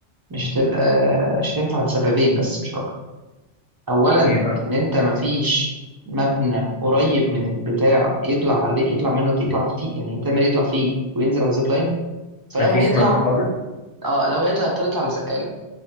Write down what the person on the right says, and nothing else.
مش هتبقى مش هتنفع لسببين بس مش اكتر اولا
ان انت مفيش مبنى قريب من البتاع يطلع عليه يطلع منه يطلع فيه يعني تامر يطلع فيه وينزل على الزيب لاين فلو
هيطلع
اه لو هيطلع يضطر يطلع على سقاله